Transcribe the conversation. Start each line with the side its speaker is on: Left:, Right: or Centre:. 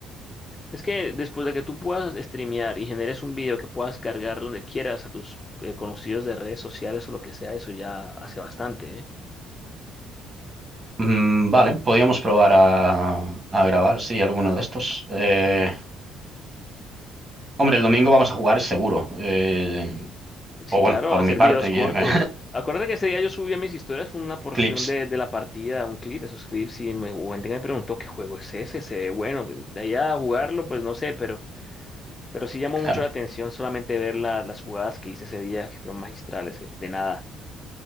Left: Es que después de que tú puedas streamear y generes un video que puedas cargar donde quieras a tus eh, conocidos de redes sociales o lo que sea, eso ya hace bastante, ¿eh?
Right: Mm, vale, podríamos probar a, a grabar, sí, alguno de estos. Eh, hombre, el domingo vamos a jugar seguro. Eh,
Left: Sí,
Right: o bueno,
Left: claro,
Right: por
Left: hacer
Right: mi parte,
Left: videos
Right: <laughs>
Left: cortos. Acuérdate que ese día yo subí a mis historias, fue una porción
Right: clips
Left: de, de la partida, un clip, esos clips, y me, hubo gente que me preguntó qué juego es ese, ese, bueno, pues, de allá a jugarlo, pues no sé, pero Pero sí llamó
Right: claro
Left: mucho la atención solamente ver la- las jugadas que hice ese día, que fueron magistrales, eh, de nada.